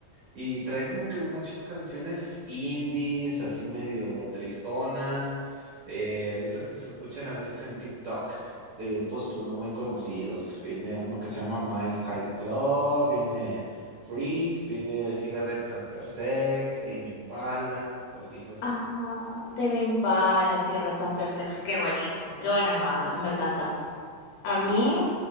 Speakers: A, on the right; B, on the left.
A: Y trae como que muchas canciones indies, así medio tristonas, eh, de esas que se escuchan a veces en TikTok, de grupos pues no muy conocidos. Viene uno que se llama Mile High Club, viene Freaks, viene Cigarettes After Sex, Tame Impala, cositas
B: Ah,
A: así.
B: Tame Impala, sí, Red After Sex, qué buenísimo, qué buenas bandas, a mí me encanta. A
A: Sí,
B: mí,